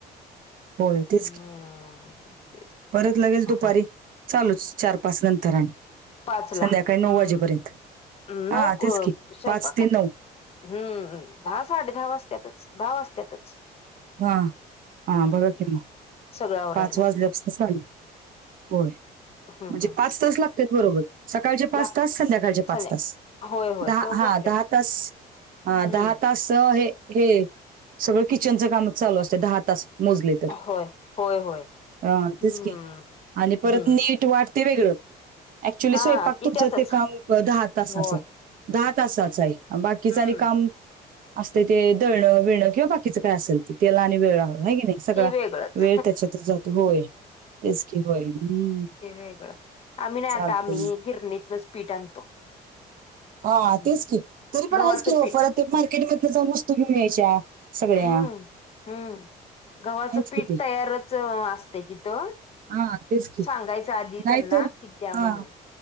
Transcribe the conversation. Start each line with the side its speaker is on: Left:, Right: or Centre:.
Right: होय ते
Left: हम्म तेच
Right: परत लगेच दुपारी...
Left: हा
Right: चालूच... चार पाच नंतर आणि
Left: पाचला
Right: संध्याकाळी
Left: हम्म
Right: नऊ वाजेपर्यंत...
Left: नऊ
Right: हा तेच
Left: क-
Right: की...
Left: स्वयंपाक
Right: पाच ते
Left: काय
Right: नऊ
Left: हम्म... दहा, साडे दहा वाजत्यातच... दहा वाजत्यातच
Right: हा... हा...
Left: हम्म
Right: बघा कि मग,
Left: सगळं आवरायला
Right: पाच वाजल्यापासनं साडे होय...
Left: हम्म
Right: म्हणजे
Left: हम्म
Right: पाच तास लागतेत बरोबर सकाळचे पाच
Left: लाग
Right: तास... संध्याकाळचे पाच
Left: संध्या
Right: तास
Left: होय होय
Right: दहा...
Left: तेवढं
Right: हा...
Left: लागत्यात
Right: दहा तास... हा
Left: हम्म
Right: दहा तास तंव्हा... हे... हे... सगळं किचनचं कामच चालू असत्यातं दहा तास मोजले तर...
Left: होय होय होय
Right: हा...
Left: हम्म
Right: तेच की... आणि परत
Left: हम्म
Right: नीट वाट ते वेगळं... ऍक्च्युली
Left: हा
Right: स्वयंपाक...
Left: ती
Right: तुमचं
Left: त्यातच
Right: ते काम... दहा तासाचं
Left: होय
Right: दहा तासाचंय... आणि बाकीचं
Left: हम्म
Right: आणि काम... असते ते दळणं बिळणं किंवा बाकीचं काय असल ते... त्याला आणि वेळ लागल हाई की नाई? सगळा
Left: ते वेगळंच
Right: वेळ त्याच्यात जातो, होय तेच की बाई हम्म
Left: ते वेगळं, आम्ही नाही
Right: चालते
Left: आता आम्ही गिरणीतनच पीठ आणतो
Right: हा
Left: हम्म
Right: तेच की, तरी पण
Left: गव्हाचं
Right: आहेच की ऑफर
Left: पीठ
Right: परत ते मार्केटमधलं जाऊन वस्तू घेऊन यायच्या सगळ्या
Left: हम्म
Right: <inaudible>
Left: हम्म गव्हाचं
Right: आहेच
Left: पीठ
Right: की ते
Left: तयारचं अ असते तिथं
Right: हा तेच की
Left: सांगायचा आधी
Right: नाहीतर
Left: त्यांना की द्या
Right: हा
Left: म्हणून